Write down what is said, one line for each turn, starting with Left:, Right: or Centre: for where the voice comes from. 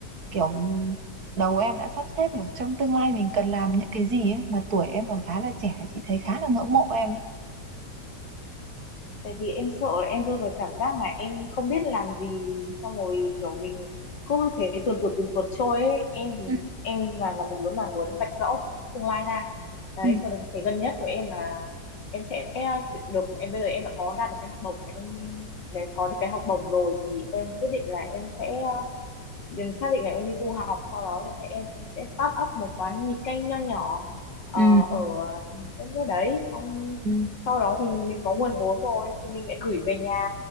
Right: kiểu ừ, đầu em đã sắp xếp kiểu trong tương lai mình cần làm những cái gì ấy mà tuổi em còn khá là trẻ chị thấy khá là ngưỡng mộ em đấy
Left: tại vì em sợ là em rơi vào cảm giác mà em không biết làm gì xong rồi kiểu mình cứ thế tuần tuột tuần tuột trôi ấy em
Right: ừ
Left: em và là một đứa mà muốn vạch rõ tương lai ra đấy
Right: ừ
Left: còn cái gần nhất của em là em sẽ được em bây giờ em đã có đạt được cái học bổng em để có được cái học bổng rồi thì em quyết định là em sẽ đừng xác định là em đi du học sau đó là em sẽ start up một quán mì canh nho nhỏ ờ,
Right: ừ
Left: ở đất nước đấy xong
Right: ừ
Left: sau đó thì mình có nguồn vốn rồi thì mình lại gửi về nhà